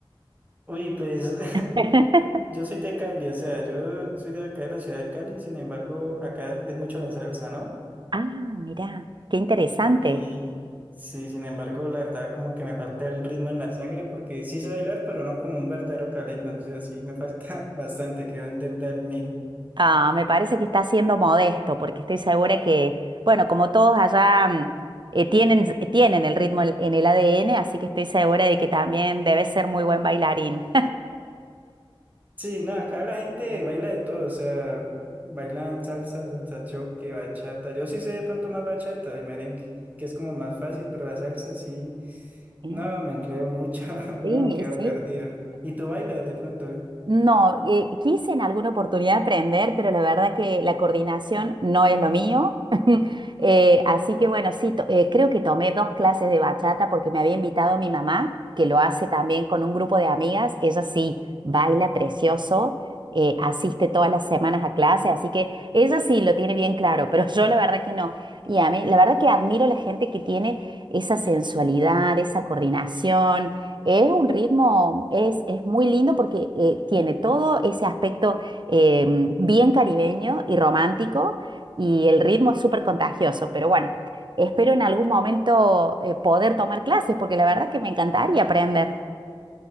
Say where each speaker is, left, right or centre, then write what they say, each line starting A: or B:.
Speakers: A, on the right; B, on the right.
A: uy, pues <laughs>
B: <laughs>
A: Yo soy de Cali, o sea, yo soy de acá de la ciudad de Cali, sin embargo, acá es mucho la salsa, ¿no?
B: Ah, mirá, qué interesante.
A: Y sí, sin embargo, la verdad, como que me falta el ritmo en la sangre, porque sí sé bailar, pero no como un verdadero caleño, o sea, sí me falta <laughs> bastante, quedo en deuda al mil.
B: Ah, me parece que está siendo modesto, porque estoy segura que, bueno, como todos allá mm, eh, tienen, eh, tienen el ritmo en en el ADN, así que estoy segura de que también debes ser muy buen bailarín.
A: Sí, no, acá la
B: <laughs>
A: gente baila de todo, o sea, bailan salsa, salsa choque, bachata. Yo sí sé de pronto más bachata y merengue, que es como más fácil, pero la salsa sí,
B: Sí,
A: no, me enredo mucho, <laughs> no,
B: sí,
A: quedo
B: sí.
A: perdido. ¿Y tú bailas de pronto?
B: No, eh, quise en alguna oportunidad aprender, pero la verdad que la coordinación no es lo mío. <laughs> Eh, así que bueno, sí, to- eh, creo que tomé dos clases de bachata porque me había invitado mi mamá, que lo hace también con un grupo de amigas. Ella sí baila precioso, eh, asiste todas las semanas a clase, así que ella sí lo tiene bien claro, pero yo la verdad que no. Y a mí, la verdad que admiro a la gente que tiene esa sensualidad, esa coordinación. Es un ritmo, es, es muy lindo porque eh, tiene todo ese aspecto eh, bien caribeño y romántico y el ritmo es súper contagioso, pero bueno, espero en algún momento eh, poder tomar clases porque la verdad que me encantaría aprender.